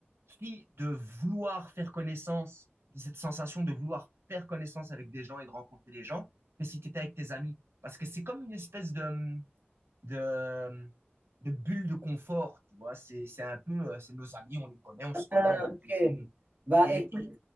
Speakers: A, on the right; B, on the right.
A: pris de vouloir faire connaissance, de cette sensation de vouloir faire connaissance avec des gens et de rencontrer les gens, que si tu étais avec tes amis. Parce que c'est comme une espèce de, de, de bulle de confort, tu vois. C'est, c'est un peu, euh, c'est nos amis, on les connaît, on se connaît,
B: Ah,
A: on peut
B: ok.
A: tous,
B: Bah,
A: et,
B: écoute.